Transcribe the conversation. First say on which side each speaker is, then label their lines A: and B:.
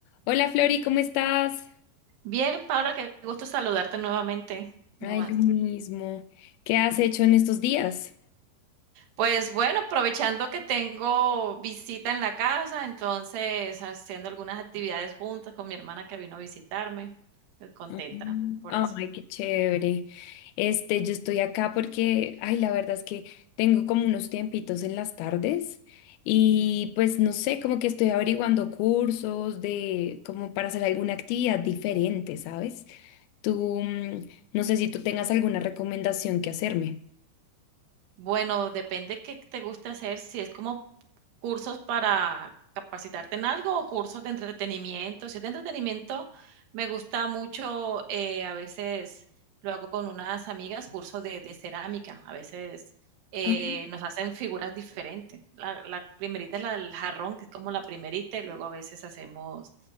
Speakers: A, on the left (about 80°); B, on the right (about 75°).
A: Hola Flori, ¿cómo estás?
B: Bien, Paula, qué gusto saludarte nuevamente.
A: Ay,
B: ¿Cómo vas?
A: lo mismo. ¿Qué has hecho en estos días?
B: Pues bueno, aprovechando que tengo visita en la casa, entonces haciendo algunas actividades juntas con mi hermana que vino a visitarme, pues contenta
A: Mm.
B: por
A: Ay,
B: eso.
A: qué chévere. Este, yo estoy acá porque, ay, la verdad es que tengo como unos tiempitos en las tardes y pues no sé, como que estoy averiguando cursos de, como para hacer alguna actividad diferente, ¿sabes? Tú, mm, no sé si tú tengas alguna recomendación que hacerme.
B: Bueno, depende qué te guste hacer, si es como cursos para capacitarte en algo o cursos de entretenimiento. Si es de entretenimiento, me gusta mucho, eh, a veces lo hago con unas amigas, cursos de, de cerámica. A veces eh,
A: Ah,
B: nos hacen figuras diferentes. La, la primerita es la del jarrón, que es como la primerita, y luego a veces hacemos